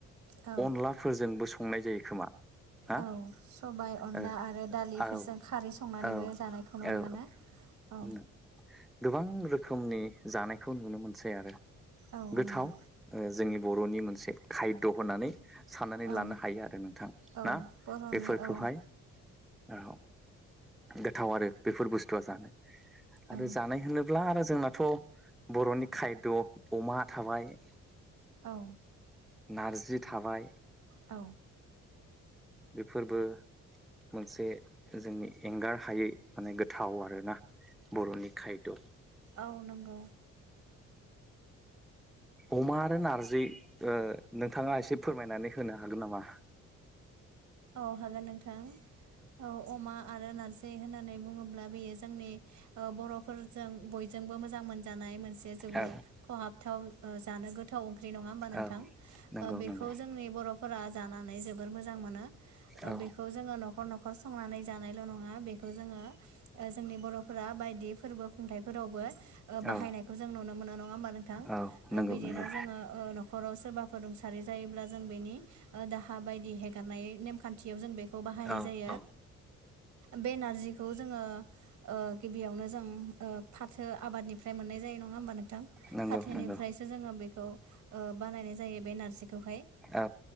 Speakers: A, on the right; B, in the centre.
A: औ
B: अनलाफोरजोंबो संनाय जायो खोमा। हा
A: औ सबाय, अनला
B: औ
A: आरो दालिफोरजों
B: औ
A: खारै संनानैबो
B: औ
A: जानायखौ नुनो मोनो। औ
B: <inaudible> गोबां रोखोमनि जानायखौ नुनो मोनसै आरो
A: औ
B: गोथाव।
A: नंगौ
B: ओ जोंनि बर'नि मोनसे खायद' होनानै साननानै
A: औ
B: लानो हायो आरो नोंथां
A: औ
B: ना
A: बर'नि
B: बेफोरखौहाय?
A: औ
B: औ गोथाव आरो बेफोर बुस्थुआ जानो आरो
A: औ
B: जानाय होनो ब्ला आरो जोंनाथ' बर'नि खायद' अमा थाबाय।
A: औ
B: नारजि थाबाय।
A: औ।
B: फोरबो मोनसे जोंनि एंगारहायै माने गोथाव आरोना। बर'नि खायद'।
A: औ नंगौ।
B: अमा आरो नारजि, ओ नोंथाङा एसे फोरमायनानै होनो हागोन नामा?
A: औ हागोन नोंथां। औ अमा आरो नारजि जे होननानै बुङोब्ला बेयो जोंनि ओ बर'फोरजों बयजोंबो मोजां मोन जानाय मोनसे जोबोर
B: औ
A: खहाबथाव ओ जानो गोथाव ओंख्रि, नङा होमबा नोंथां?
B: औ नंगौ
A: ओ बेखौ
B: नंगौ
A: जोंनि बर'फोरा जानानै जोबोर मोजां मोनो।
B: औ
A: बेखौ जोङो न' न'खर न'खर संनानै जानायल' नङा, बेखौ जोङो जोंनि बर'फोरा बायदि फोरबो खुंथाइफोर फोरावबो ओ बाहायनायखौ
B: औ
A: जों नुनो मोनो, नङा होमबा नोंथां?
B: औ
A: ओ
B: नंगौ
A: बिदिनो
B: नंगौ
A: जोङो ओ न'खराव सोरबाफोर रुंसारि जायोब्ला जों बेनि दाहा बायदि हेगारनाय नेमखान्थियाव जों बे खौ बाहायनाय
B: औ
A: जायो।
B: औ
A: बे नारजिखौ जोङो ओ गिबियावनो जों ओ फाथो आबादनिफ्राय मोननाय जायो, नं नङा होनबा नोंथां?
B: नंगौ
A: फाथनिफ्रायो
B: नंगौ
A: जोङो बेखौ ओ बानायनाय जायो बे नारजि खौहाय।
B: औ